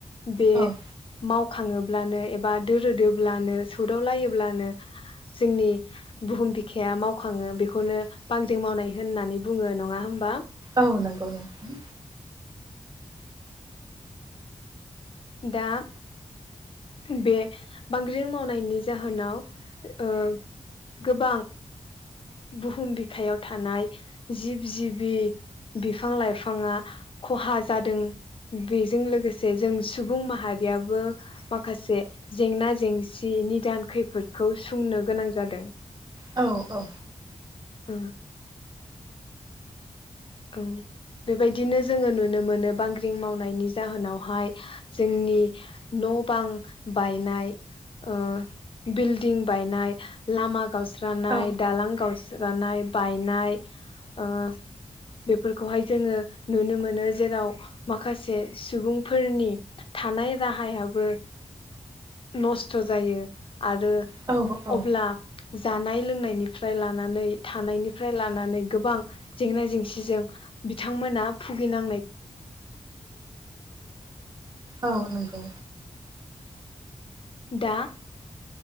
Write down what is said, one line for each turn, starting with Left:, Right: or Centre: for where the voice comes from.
Left: बे
Right: औ
Left: माव खाङोब्लानो एबा दोरोदोब्लानो सोदाव लायोब्लानो जोंनि बुहुम बिखाया मावखाङो बेखौनो बांग्रिं मावनाय होननानै बुङो नङा होमबा
Right: औ नंगौ नंगौ
Left: दा बे बांग्रिं मावनायनि जाहोनाव ओ‌ गोबां बुहुम बिखायाव थानाय जिब जिबि बिफां लाइफाङा खहा जादों बे जों लोगोसे जों सुबुं माहारियाबो माखासे जेंना जेंसि निदान खैफोदखौ सुंनो गोनां जादों
Right: औ औ
Left: औ ओं बेबायदिनो जोङो नुनो मोनो बांग्रिं मावनायनि जाहोनावहाय जोंनि न' बां बायनाय ओ बिल्डिं बायनाय लामा गावस्रानाय
Right: औ
Left: दालां गावस जोगानाय बायनाय ओ बेफोरखौहाय जोङो नुनो मोनो जेराव माखासे सुबुंफोरनि थानाय राहायाबो नस्थ' जायो आरो
Right: औ औ
Left: अब्ला जानाय लोंनायनिफ्राय लानानै थानायनिफ्राय लानानै गोबां जेंना जेंसि जों बिथांमोना भुगिनां
Right: औ नंगौ
Left: दा